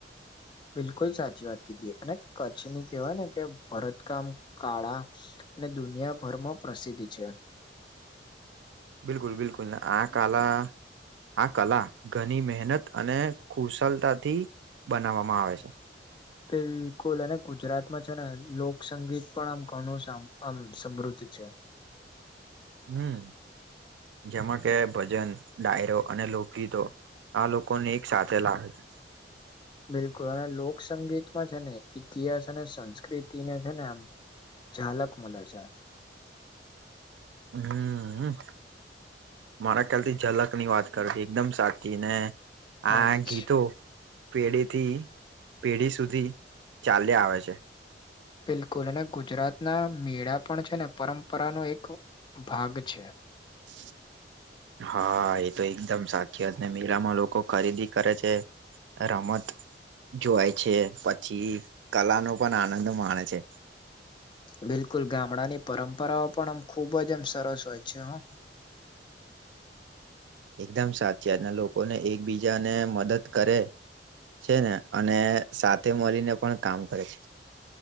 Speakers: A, on the left; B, on the right.
A: બિલકુલ સાચી વાત કીધી અને કચ્છની કવાય ને કે ભરતકામ કાળા અને દુનિયાભરમાં પ્રસિદ્ધ છે.
B: બિલકુલ બિલકુલ આ કાલા આ કલા ઘણી મહેનત અને કુશલતાથી બનાવવામાં આવે છે.
A: બિલકુલ અને ગુજરાતમાં છે ને લોકસંગીત પણ આમ ઘણું આમ સમૃદ્ધ અચ્છા.
B: હમ્મ, જેમાં કે ભજન, ડાયરો અને લોકગીતો આ લોકોને એક સાથે લાવે છે.
A: બિલકુલ અને લોક સંગીતમાં છે ને ઇતિહાસ અને સંસ્કૃતિને છે ને આમ ઝાલક મલેે છે.
B: હમ્મ હમ્મ. મારા ખ્યાલથી ઝલક ની વાત કરતી એકદમ સાચી ને
A: હા
B: આ
A: એ જ
B: ગીતો પેઢી થી પેઢી સુધી ચાલ્યા આવે છે.
A: બિલકુલ અને ગુજરાત ના મેળા પણ છે ને પરંપરાનો એક ભાગ છે.
B: <unintelligible> હા, એ તો એકદમ સાચીત ને મેળામાં લોકો ખરીદી કરે છે રમત જોય છે પછી કલા નો પણ આનંદ માણે છે.
A: બિલકુલ ગામડાની પરંપરાઓ પણ આમ ખુબ જ એમ સરસ હોય છે હો.
B: એકદમ સાચીત ને લોકોને એકબીજા ને મદદ કરે છે ને અને સાથે મળીને પણ કામ કરે છે.